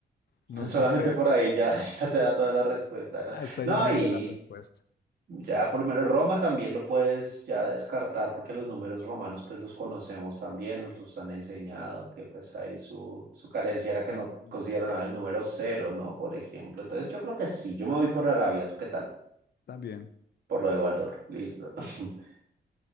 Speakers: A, on the right; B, on the left.
A: <laughs>
B: nos
A: Solamente
B: dice,
A: por ahí ya, <laughs> ya te da toda la respuesta, ¿no?
B: hasta
A: No,
B: ya me
A: y
B: dio la respuesta.
A: Ya por lo menos Roma también lo puedes ya descartar porque los números romanos pues los conocemos también, nos los han enseñado que pues ahí su, su carencia era que
B: Ah,
A: no consideraban
B: cierto.
A: el número cero, ¿no? Por ejemplo. Entonces yo creo que sí, yo me voy por Arabia, ¿tú qué tal?
B: También
A: Por lo de Waldorf, listo. <laughs>